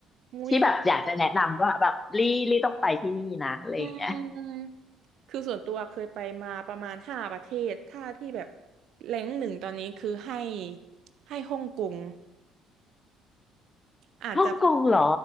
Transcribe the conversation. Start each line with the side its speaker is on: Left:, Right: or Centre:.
Right: มุย
Left: ที่แบบอยากจะแนะนำว่าแบบลี่ลี่ต้องไปที่นี่นะอะไรอย่างเงี้ย
Right: อืม คือส่วนตัวเคยไปมาประมาณห้าประเทศถ้าที่แบบแรงกหนึ่งตอนนี้คือให้ให้ฮ่องกง
Left: <laughs>
Right: อาจจะ
Left: ฮ่องกงเหรอ